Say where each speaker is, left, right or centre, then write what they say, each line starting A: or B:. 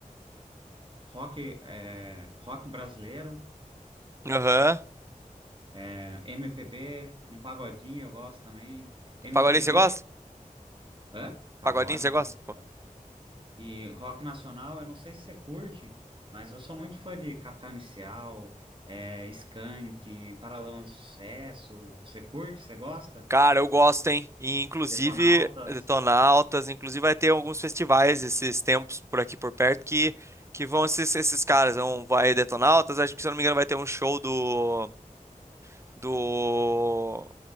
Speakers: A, on the right; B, on the right.
A: rock, é, rock brasileiro,
B: Aham.
A: é, MPB, um pagodinho eu gosto também. MPB,
B: Pagodinho você gosta?
A: hã? Pagode,
B: Pagodinho você
A: eu
B: gosta?
A: gosto. E rock nacional, eu não sei se você curte, mas eu sou muito fã de Capital Inicial, é, Skank, Paralamas do Sucesso. Você curte? Você gosta?
B: Cara, eu gosto, hein? E, inclusive,
A: Detonautas.
B: Detonautas, inclusive vai ter alguns festivais esses tempos por aqui por perto que, que vão ser esses, esses caras. Vão, vai Detonautas, acho que se eu não me engano vai ter um show do, do